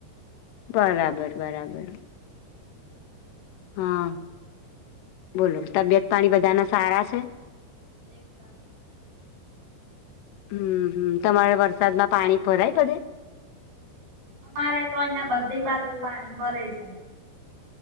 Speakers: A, on the left (about 80°); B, on the right (about 55°).
A: બરાબર બરાબર હા બોલો તબિયત પાણી બધાના સારા છે
B: એકદમ સારા
A: હમ હમ તમારે વર <inaudible> વરસાદમાં પાણી ભરાઈ બધે
B: અમારે તો અહિયાં બધી બાજુ પાણી ભરાઈ જાય